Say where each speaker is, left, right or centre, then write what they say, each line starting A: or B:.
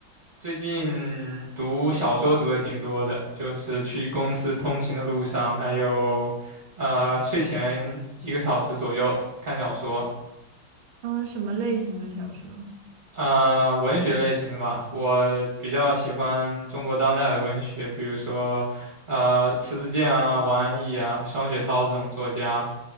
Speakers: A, on the right; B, on the right.
A: 最近读小说读的挺多的，就是去公司通勤的路上，还有呃睡前一个小时左右看小说。
B: 嗯、什么类型的小说？
A: 啊、文学类型的吧，我比较喜欢中国当代的文学，比如说，呃，迟子建啊、王安忆啊、双雪涛这种作家，